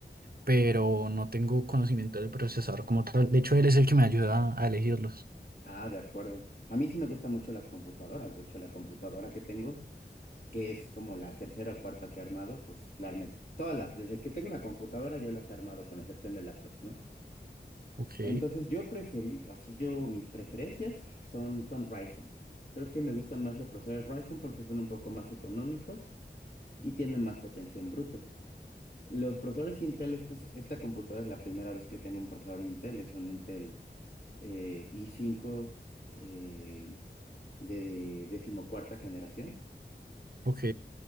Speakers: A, on the right; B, on the left.
A: pero no tengo conocimiento del procesador como tal. De hecho, él es el que me ayuda a elegirlos.
B: Ah, de acuerdo. A mí sí me gustan mucho las computadoras. De hecho, la computadora que tengo, que es como la tercera o cuarta que he armado, pues la armé todas las. Desde que tengo una computadora, yo las he armado, con excepción de laptops, ¿no?
A: Ok,
B: Entonces yo preferí, así yo, mis preferencias son con Ryzen. Creo que me gustan más los procesadores Ryzen porque son un poco más económicos y tienen más potencia en bruto. Los procesadores Intel, este es- esta computadora es la primera vez que tengo un procesador Intel, es un Intel eh, i5 eh, de, de decimocuarta generación.
A: ok,